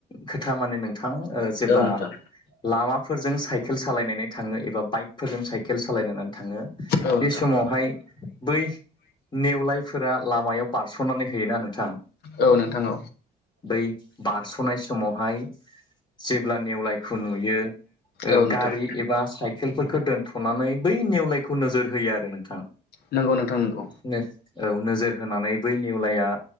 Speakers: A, on the left; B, on the left.
A: खोथा माने नों थां जेब्ला
B: औ नोंथां
A: लामाफोरजों साइकेल सालायनानै थाङो एबा बाइकफोरजों साइकेल सालायनानै थाङो
B: औ
A: बे
B: नोंथां
A: समावहाय बै नेवलायफोरा लामायाव बारसनानै होयोना नोंथां
B: औ नोंथां औ
A: बै बारस'नाय समावहाय जेब्ला नेवलायखौ नुयो ओ
B: औ नोंथां औ नोंथां
A: गारि एबा साइकेलफोरखौ दोनथ' बै नेवलायखौ नोजोर होयो आरो नोंथां
B: नंगौ नोंथां नंगौ
A: नो औ नो नोजोर होनानै बै नेवलाया